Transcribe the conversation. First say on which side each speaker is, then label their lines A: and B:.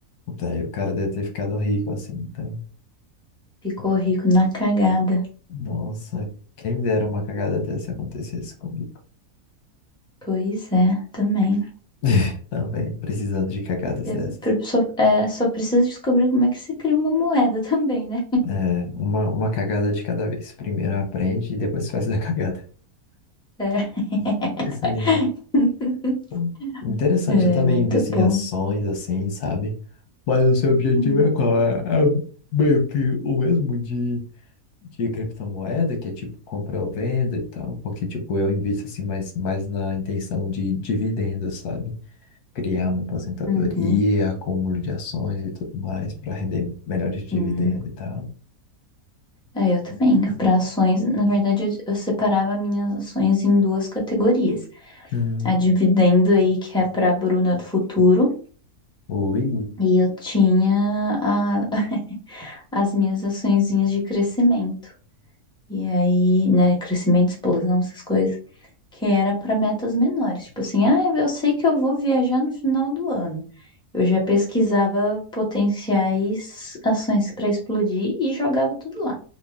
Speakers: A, on the left (about 85°); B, in the centre.
A: Daí o cara deve ter ficado rico assim. Então,
B: Ficou rico na cagada.
A: nossa, quem dera uma cagada dessa acontecesse comigo.
B: Pois é, também.
A: <laughs> Também, precisando de cagadas
B: Eu
A: dessas.
B: pre- só, é, só preciso descobrir como é que se cria uma moeda <laughs> também, né?
A: É, uma, uma cagada de cada vez. Primeiro aprende e depois <laughs> faz a cagada.
B: É,
A: Sim.
B: <laughs>
A: Hum, Interessante,
B: é
A: eu também
B: muito
A: invisto
B: bom.
A: em ações assim, sabe? Mas o seu objetivo
B: Hum.
A: é qual? É, é meio que o mesmo de, de criptomoeda, que é tipo compra ou venda e tal, porque tipo eu invisto assim mais, mais na intenção de dividendos, sabe? Criar uma aposentadoria,
B: Uhum.
A: acúmulo de ações e tudo mais para render melhores dividendos
B: Sim.
A: e tal.
B: É, eu também. Para ações, na verdade, eu, eu separava minhas ações em duas categorias.
A: Hum.
B: A dividendo aí, que é para a Bruna do futuro,
A: Ui,
B: e eu tinha a- as minhas açõezinhas de crescimento. E aí, né, crescimento, explosão, essas coisas. que era para metas menores, tipo assim, ah, eu sei que eu vou viajar no final do ano. Eu já pesquisava potenciais ações para explodir e jogava tudo lá.